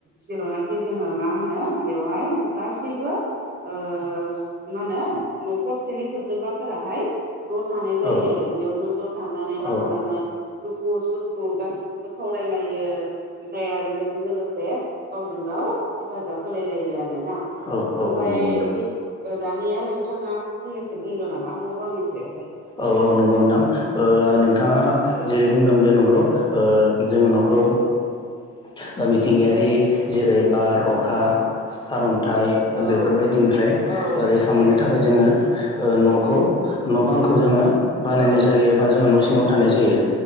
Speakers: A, on the right; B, on the left.
A: जेरावनाखि बे जोङो मा होनो बेयावहाय गासैबो ओ मा होनो न'खरसेनि सोद्रोमाफोराहाय ज' थानाय जायो
B: औ
A: आरो बेयावनो ज' थानानै
B: औ
A: मा
B: औ
A: खालामो दुखु सुखु गासिखौबो सावरायलायो ओमफ्राय आरो बेजों लोगोसे गाव गावजों गाव हेफाजाब होलाय लायो आरोना
B: औ
A: ओमफाय
B: औ नंगौ नोंथां
A: बे ओ दानिया नोंथाङा फंनैसो बुंदों नामा न बांनि सायावहाय
B: औ औ नंगौ नोंथां ओ नोंथाङा
A: ओ
B: जेरै बुंदों बे नंगौ ओ जों न'खौ ओ मिथिंगायारि जेरै
A: औ
B: बार अखा सारअन थाय
A: औ
B: बेफोरबायदिनिफ्राय
A: औ
B: रैखा मोननो थाखाय जोङो
A: उम उम
B: ओ न'खौ
A: उम
B: न' बां खौ जोङो बानायनाय
A: औ
B: जायो एबा जोङो न' न'आव थानाय जायो